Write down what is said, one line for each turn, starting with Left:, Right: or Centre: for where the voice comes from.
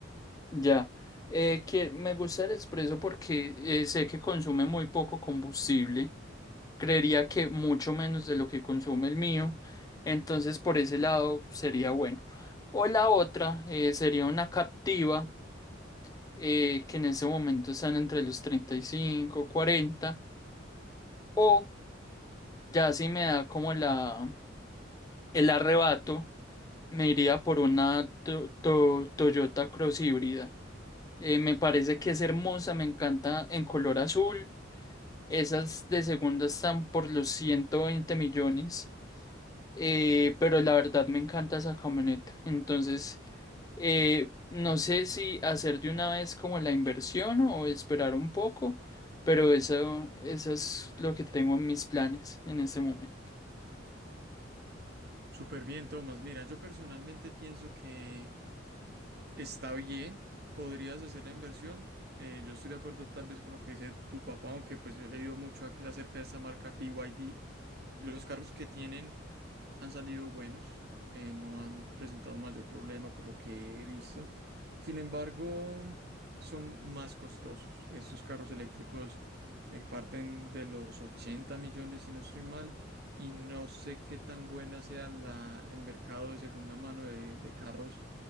Left: Ya, eh, que me gusta el expreso porque eh, sé que consume muy poco combustible, creería que mucho menos de lo que consume el mío, entonces por ese lado sería bueno. O la otra eh, sería una Captiva eh, que en ese momento están entre los treinta y cinco 40 o ya si me da como la, el arrebato, me iría por una to- to- Toyota Cross híbrida. Eh, me parece que es hermosa, me encanta en color azul. Esas de segunda están por los 120 millones, eh, pero la verdad me encanta esa camioneta. Entonces, eh, no sé si hacer de una vez como la inversión o esperar un poco, pero eso, eso es lo que tengo en mis planes en este momento.
Right: Súper bien, Tomás. Mira, yo personalmente pienso que está bien, podrías hacer la inversión. Eh, yo estoy de acuerdo tal vez con lo que dice tu papá, aunque pues yo he leído mucho ac- acerca de esta marca BYD y los carros que tienen han salido buenos, eh, no han presentado mayor problema por lo que he visto. Sin embargo, son más costosos. Estos carros eléctricos eh, parten de los 80 millones, si no estoy mal, y no sé qué tan buena sea la, el mercado de segunda mano de, de carros